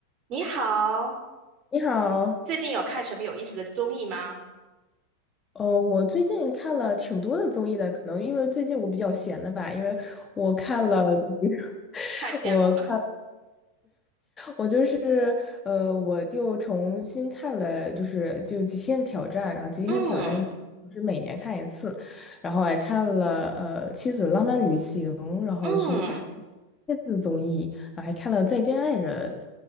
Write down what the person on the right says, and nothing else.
你好，
最近有看什么有意思的综艺吗？
太羡慕了。
嗯
嗯，